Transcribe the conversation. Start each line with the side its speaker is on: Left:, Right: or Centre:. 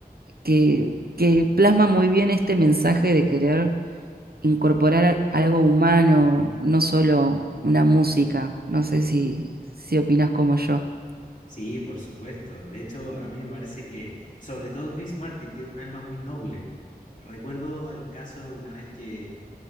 Right: que, que plasma muy bien este mensaje de querer incorporar a- algo humano, no solo una música. No sé si, si opinas como yo.
Left: Sí, por supuesto. De hecho, a mí me parece que, sobre todo Chris Martin, tiene un alma muy noble. Recuerdo el caso una vez que